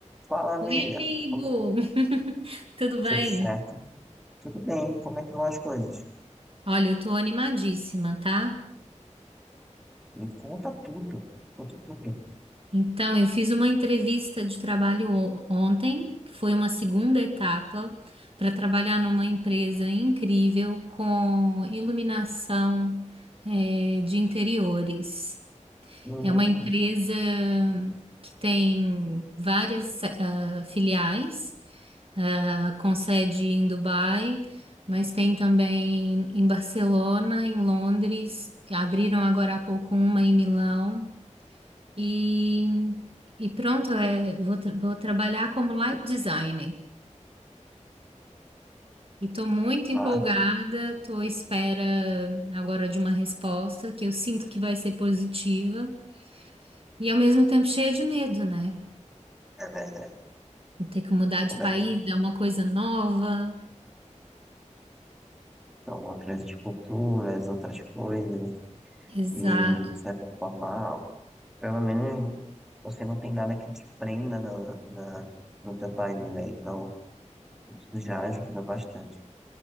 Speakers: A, in the centre; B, on the right (about 50°).
A: Fala, amiga.
B: Oi, amigo!
A: Como-
B: <laughs> Tudo
A: Tudo
B: bem?
A: certo? Tudo bem? Como é que vão as coisas?
B: Olha, eu tô animadíssima, tá?
A: Me conta tudo. Me conta tudo.
B: Então, eu fiz uma entrevista de trabalho o- ontem, que foi uma segunda etapa, para trabalhar numa empresa incrível com iluminação, eh, de interiores.
A: Hum,
B: É uma empresa que tem várias, ah, filiais. eh, com sede em Dubai, mas tem também em Barcelona, em Londres, abriram agora há pouco uma em Milão e, e pronto, é, vou, tra- vou trabalhar como light designer. E estou muito
A: mas,
B: empolgada, estou à espera agora de uma resposta que eu sinto que vai ser positiva e ao mesmo tempo cheia de medo, né?
A: <laughs> é, é,
B: Vou ter que mudar
A: como
B: de
A: é
B: país,
A: que
B: é uma coisa nova.
A: estão outras culturas, outras coisas?
B: Exato.
A: E, de certa forma, pelo menos você não tem nada que te prenda no, na, no teu país, né? Então, isso já ajuda bastante.